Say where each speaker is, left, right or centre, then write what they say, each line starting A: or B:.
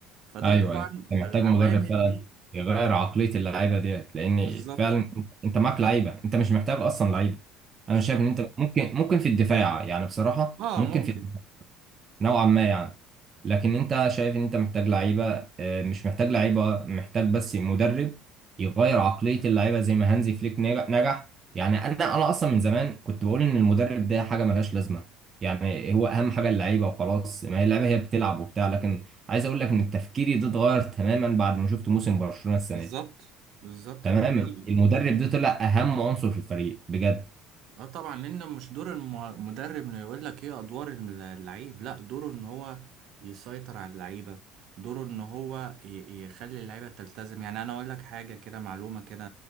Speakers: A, on the right; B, on the right.
A: فده
B: ايوه
A: طبعا
B: ايوه انت
A: فالعوامل
B: محتاج مدرب فعلا
A: دي
B: يغير عقليه اللعيبه ديت لان
A: بالظبط
B: فعلا انت معاك لعيبه انت مش محتاج اصلا لعيبه
A: بالظبط
B: انا شايف ان انت ممكن ممكن في الدفاع يعني بصراحه
A: اه
B: ممكن
A: ممكن
B: في نوعا ما يعني لكن انت شايف ان انت محتاج لعيبه آه، مش محتاج لعيبه محتاج بس مدرب يغير عقليه اللعيبه زي ما هانزي فليك نج- نجح يعني انا انا اصلا من زمان كنت بقول ان المدرب ده حاجه ملهاش لازمه يعني هو اهم حاجه اللعيبه وخلاص ما هي اللعيبه هي بتلعب وبتاع لكن عايز اقول لك ان تفكيري ده اتغير تماما بعد ما شفت موسم برشلونه السنه
A: بالظبط
B: دي
A: بالظبط
B: تماما
A: ده حقيقي
B: المدرب ده طلع اهم عنصر في الفريق بجد
A: اه طبعا لان مش دور الم- المدرب انه يقول لك ايه ادوار الل- اللعيب لا دوره ان هو يسيطر على اللعيبه دوره ان هو ي- يخلي اللعيبه تلتزم يعني انا اقول لك حاجه كده معلومه كده